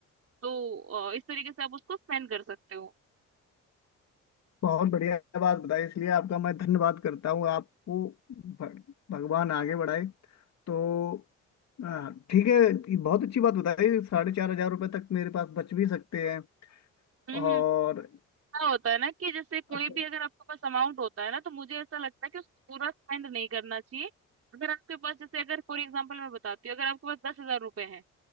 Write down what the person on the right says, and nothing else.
तो अ, इस तरीके से आप उसको स्पेंड कर सकते हो
हम्म
हम्म क्या होता है ना कि जैसे कोई
भी अगर आपके पास अमाउंट होता है ना तो मुझे ऐसा लगता है कि उसको पूरा स्पेंड नहीं करना चाहिए अगर आपके पास जैसे अगर फॉर एग्जाम्पल मैं बताती हूँ अगर आपके पास दस हजार रुपए हैं